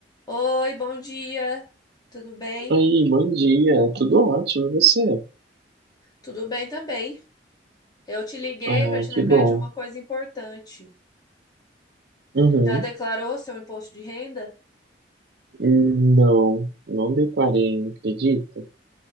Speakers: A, on the left (about 20°); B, on the right (about 65°).
A: Oi, bom dia. Tudo bem?
B: Oi, bom dia, tudo ótimo, e você?
A: Tudo bem também. Eu te liguei
B: Ah,
A: para te lembrar
B: que bom.
A: de uma coisa importante.
B: Uhum.
A: Já declarou seu imposto de renda?
B: Hum, Não, não deparei, não acredita?